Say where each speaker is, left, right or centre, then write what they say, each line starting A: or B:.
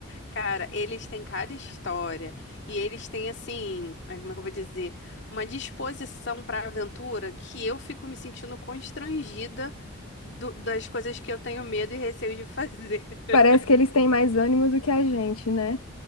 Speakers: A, on the left (about 50°); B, on the left (about 80°).
A: cara, eles têm cada história e eles têm assim, ai, como é que eu vou dizer, uma disposição para aventura que eu fico me sentindo constrangida do- das coisas que eu tenho medo e receio de fazer.
B: <laughs>
A: <laughs>
B: Parece que eles têm mais ânimo do que a gente, né?